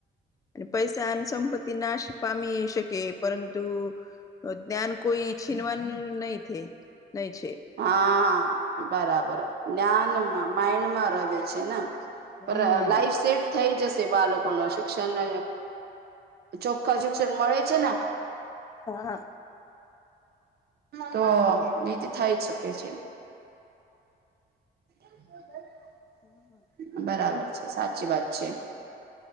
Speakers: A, on the left; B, on the right.
A: અને પૈસા અને સંપત્તિ નાશ પામી શકે પરંતુ જ્ઞાન કોઈ છીનવાનું નહી થ નહી છે.
B: હા બરાબર જ્ઞાનમાં માઈન્ડમાં ર છે ને
A: હમ
B: લાઈફ સેટ થઈ જશે બાળકો ન શિક્ષણ ચોખ્ખા શિક્ષણ મળે છે ને
A: હા હા
B: તો નીધ થાય જ શકે છે. <inaudible>
A: હમ હમ
B: બરાબર છે સાચી વાત છે.